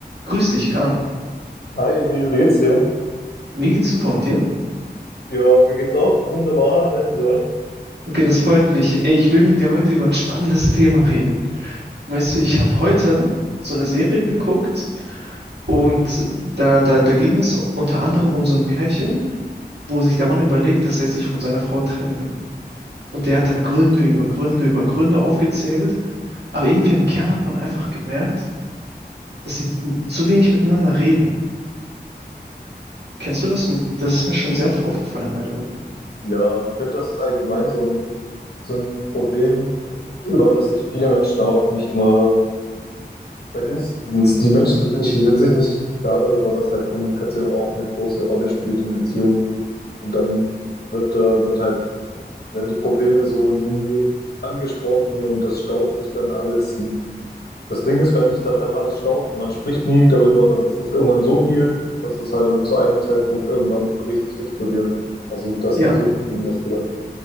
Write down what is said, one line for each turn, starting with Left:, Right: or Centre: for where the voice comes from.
Right: Grüß dich, Kahn.
Left: Hi Emil, wie geht's dir?
Right: Mir geht's super und dir?
Left: Ja, mir geht's auch wunderbar, danke sehr.
Right: Okay, das freut mich. Ey, ich will mit dir heute über ein spannendes Thema reden. Weißt du, ich habe heute so eine Serie geguckt und da, da, da ging es unter anderem um so ein Pärchen, wo sich der Mann überlegt, dass er sich von seiner Frau trennen will. Und der hat dann Gründe über Gründe über Gründe aufgezählt, aber irgendwie im Kern hat man einfach gemerkt, dass sie zu wenig miteinander reden. Kennst du das? Und das ist mir schon sehr oft aufgefallen bei Leuten.
Left: Ja, ich finde, das ist allgemein so ein, so ein Problem, über das sich viele Menschen auch nicht immer, bei dem s- die Menschen sind nicht, sind sich nicht klar darüber, dass halt Kommunikation auch eine große Rolle spielt in Beziehungen. Und dann wird, äh, wird halt, werden die Probleme so nie angesprochen und das staut sich dann alles. Und Das Ding ist, wenn sich das halt alles staut und man spricht nie darüber, dann ist das irgendwann so viel, dass das halt zu einem Zeitpunkt irgendwann richtig explodiert. Also das
Right: Ja.
Left: hätte ich jetzt zumindest gesagt.